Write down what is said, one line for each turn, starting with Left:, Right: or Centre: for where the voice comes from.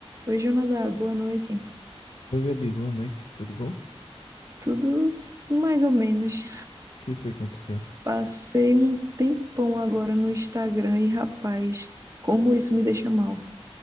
Right: Oi, Jonadá, boa noite.
Left: Oi, Gabi, boa noite, tudo bom? O
Right: Tudo s- mais ou menos.
Left: que foi que aconteceu?
Right: Passei um tempão agora no Instagram e, rapaz, como isso me deixa mal.